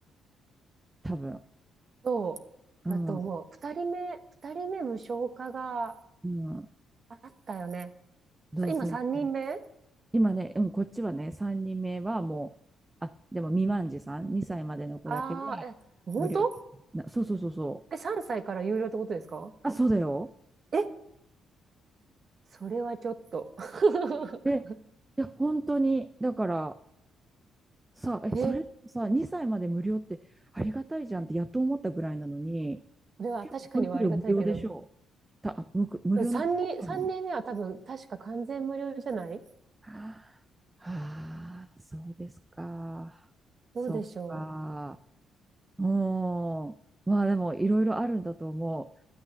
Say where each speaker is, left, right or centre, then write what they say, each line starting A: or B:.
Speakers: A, on the right (about 15°); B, on the right (about 45°).
A: 多分。
B: そ
A: うん、
B: うだと思う。二人目、二人目無償化が
A: うん、
B: あったよね。
A: そうそう。
B: さ今三人目
A: 今ね、うん、こっちはね、3人目はもう、あ、でも未満児さん、2歳までの子だけは
B: ああー、え、本当
A: 無料となそうそうそうそう。
B: え、3歳から有料ってことですか
A: あ、そうだよ。
B: え、それはちょっと。<laughs>
A: で、いや、本当に、だから、さあ、え、
B: え、
A: それさ、2歳まで無料ってありがたいじゃんってやっと思ったぐらいなのに、
B: それは確かにはありがたいけど。
A: 結構保育料無料でしょう。た、無、無料のとこあるの。
B: うん三人、三人目は多分確か完全無料じゃない
A: はあ、そうですか。そっか。
B: どうでしょ
A: うん。まあでもいろいろあるんだと思う。